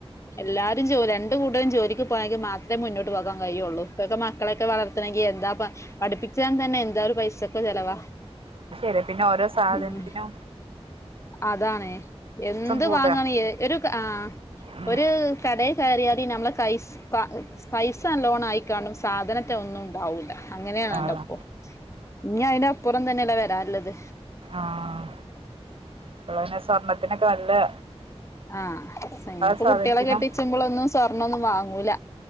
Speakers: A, on the left; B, on the right.
A: എല്ലാരും ജോ രണ്ട് കൂട്ടരും ജോലിക്ക് പോയാെങ്കി മാത്രേ മുന്നോട്ട് പോകാൻ കഴിക്കൊള്ളൂ. ഇപ്പെക്കെ മക്കളെക്കെ വളർത്തണങ്കിയെന്താ പാറയാ പഠിപ്പിച്ചാൻ തന്നെ എന്തേറു പൈസക്കെ ചെലവാ.
B: അതെ പിന്നെ ഓരോ സാധനത്തിനോ
A: ഉം അതാണ്. എന്ത്
B: കൂടാ
A: വാങ്ങണെ ഏ ഒരു ക ആഹ്
B: ഉം
A: ഒരു കടേ കയറിയാൽ നമ്മെളെ കയ്യിൽ സ് പൈ പൈസനല്ലോണയി കാണും. സാധനത്തെ ഒന്നും ഉണ്ടാവുല്ല. അങ്ങനെയാണല്ലോയിപ്പൊ.
B: ആഹ്
A: ഇനി അതിനനപ്പുറം തന്നെയല്ല വെരാനൊള്ളത്.
B: ആഹ് ഇപ്പള്ന്നെ സ്വർണത്തിനൊക്കെ നല്ലേ
A: ആഹ്, സുന്നത്ത്
B: സാധനത്തിനും
A: കുട്ടികളെ കെട്ടിച്ചമ്പളൊന്നും സ്വർണ്ണൊന്നും വാങ്ങൂല.